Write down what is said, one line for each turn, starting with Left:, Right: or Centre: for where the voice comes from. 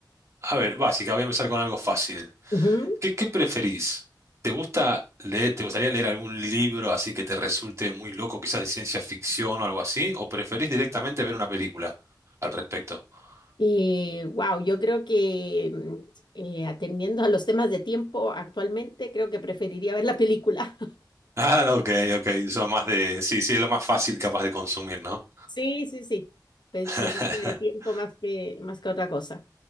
Right: A ver, básica, voy a empezar con algo fácil.
Left: Ujú.
Right: ¿Qué, qué preferís? ¿Te gusta leer, te gustaría leer algún libro así que te resulte muy loco, quizás de ciencia ficción o algo así? ¿O preferís directamente ver una película al respecto? <laughs>
Left: Eh, wow, yo creo que mm, eh, atendiendo a los temas de tiempo actualmente, creo que preferiría ver la película.
Right: Ah, ok, ok, son más de... Sí, sí, es lo más fácil capaz de consumir, ¿no?
Left: Sí, sí, sí. Pe-
Right: <laughs>
Left: Por un tema de tiempo más que, más que otra cosa.